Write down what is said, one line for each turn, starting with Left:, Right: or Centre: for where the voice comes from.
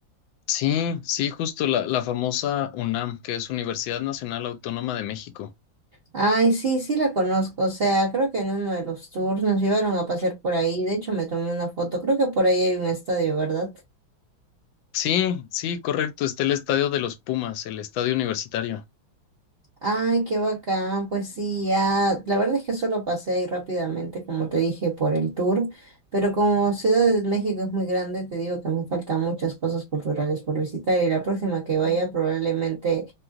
Left: Sí, sí, justo la, la famosa UNAM, que es Universidad Nacional Autónoma de México.
Right: Ay, sí, sí la conozco. O sea, creo que en uno de los tours nos llevaron a pasear por ahí. De hecho, me tomé una foto. Creo que por ahí hay un estadio, ¿verdad?
Left: Sí, sí, correcto. Está el Estadio de los Pumas, el estadio universitario.
Right: Ay, qué bacán, pues sí, ya, la verdad es que solo pasé ahí rápidamente, como te dije, por el tour, pero como Ciudad de México es muy grande, te digo que me faltan muchas cosas culturales por visitar y la próxima que vaya probablemente